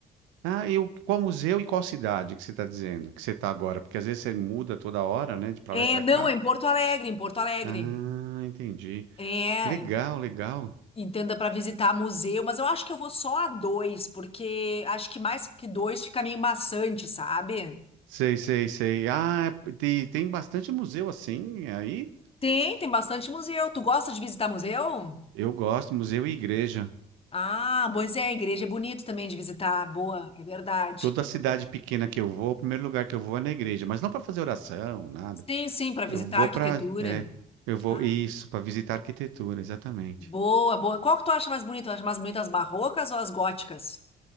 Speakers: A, on the right; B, on the left.
A: Ah, e o- qual museu e qual cidade que você está dizendo que você está agora? Porque às vezes você muda toda hora, né, de pra
B: É,
A: lá e pra
B: não,
A: cá.
B: é em Porto Alegre, em Porto Alegre.
A: Ah, entendi.
B: É,
A: Legal, legal.
B: entenda para visitar museu, mas eu acho que eu vou só a dois, porque acho que mais que dois fica meio maçante, sabe?
A: Sei, sei, sei. Ah, é, tem, tem bastante museu assim aí.
B: Tem, tem bastante museu. Tu gosta de visitar museu?
A: Eu gosto, museu e igreja.
B: Ah, pois é, a igreja é bonito também de visitar. Boa, é verdade.
A: Toda cidade pequena que eu vou, o primeiro lugar que eu vou é na igreja, mas não para fazer oração, nada.
B: Sim, sim, para visitar
A: Eu vou
B: a arquitetura.
A: para, é, eu vou
B: Ah,
A: isso, para visitar arquitetura, exatamente.
B: boa, boa. Qual que tu acha mais bonito? Tu acha mais bonito as barrocas ou as góticas?